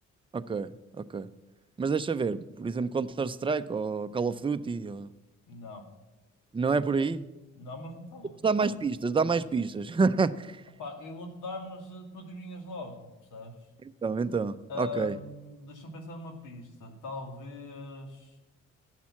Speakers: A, on the right; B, on the left.
A: Ok, ok. Mas deixa ver, por exemplo, Counter-Strike ou Call of Duty, ou-
B: Não.
A: não é por aí?
B: Não, mas não está longe.
A: Dá mais pistas, dá mais pistas. <laughs>
B: Ah pá, eu vou-te dar, mas eh, tu adivinhas logo, percebes?
A: Então, então,
B: Ahm,
A: ok.
B: deixa-me pensar numa pista. Talvez.